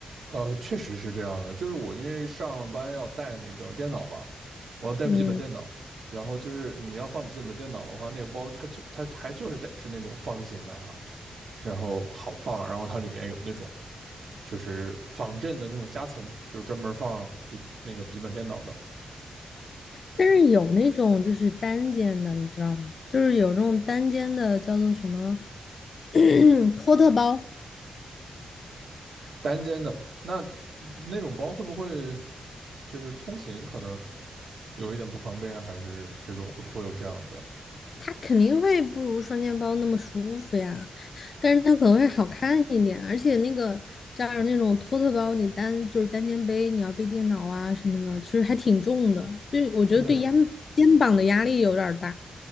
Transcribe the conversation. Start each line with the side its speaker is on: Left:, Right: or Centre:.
Right: 呃，确实是这样的，就是我因为上班要带那个电脑嘛，我要带笔记本电脑，
Left: 嗯，
Right: 然后就是你要放笔记本电脑的话，那个包它就它还就是得是那种方形的哈，然后好放，然后它里面有那种就是防震的那种夹层，就是专门放笔那个笔记本电脑的
Left: 但是有那种就是单肩的，你知道吗？就是有那种单肩的叫做什么 <clears throat> 托特包。
Right: 单肩的，那那种包会不会就是通勤可能有一点不方便，还是这种会不会有这样的？
Left: 它肯定会不如双肩包那么舒服呀，但是它可能会好看一点，而且那个加上那种托特包，你单就是单肩背，你要背电脑啊什么的，其实还挺重的，对，我觉得对肩肩膀的压力有点儿大，
Right: 对，